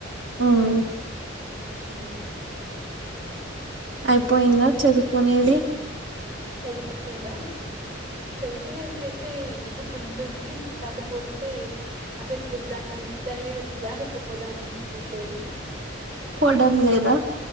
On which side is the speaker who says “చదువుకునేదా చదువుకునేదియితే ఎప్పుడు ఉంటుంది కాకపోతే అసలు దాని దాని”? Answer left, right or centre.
Right